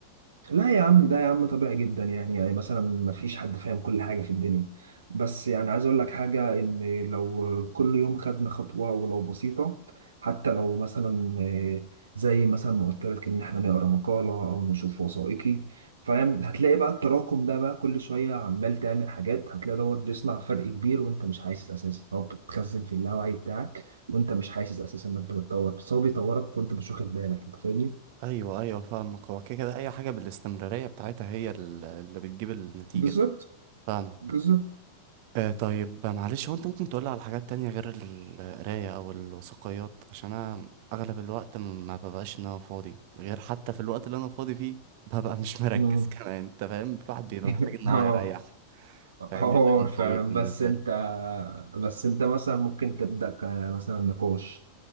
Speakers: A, on the right; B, on the right.
A: لا يا عم ده يا عم طبيعي جدا يعني يعني مثلا ما فيش حد فاهم كل حاجة في الدنيا بس يعني عايز اقول لك حاجة ان لو كل يوم خدنا خطوة ولو بسيطة حتى لو مثلا آه، زي مثلا ما قلت لك ان احنا نقرا مقالة او نشوف وثائقي فاهم هتلاقي بقى التراكم ده بقى كل شوية عمال تعمل حاجات هتلاقي دوت بيصنع فرق كبير وانت مش حاسس اساسا او بتخزن في اللاوعي بتاعك وانت مش حاسس اساسا انك بتتطور بس هو بيطورك وانت مش واخد بالك انت فاهمني؟
B: ايوه ايوه فاهمك هو كده كده اي حاجة بالاستمرارية بتاعتها هي ال- اللي بتجيب النتيجة
A: بالظبط
B: فاهمك
A: بالظبط
B: آه طيب معلش هو انت ممكن تقولي على حاجات تانية غير القراية او الوثائقيات عشان انا اغلب الوقت م- ما ببقاش ان انا فاضي غير حتى في الوقت اللي انا فاضي فيه ببقى مش مركز
A: مم.
B: <laughs> كمان انت فاهم الواحد بيبقى
A: <laughs>
B: محتاج ان هو
A: اه
B: يريح فاهم
A: حوار
B: بيبقى يوم
A: فعلا
B: طويل بالنسبة
A: بس انت
B: له
A: بس انت مثلا ممكن تبدأ ك- مثلا نقاش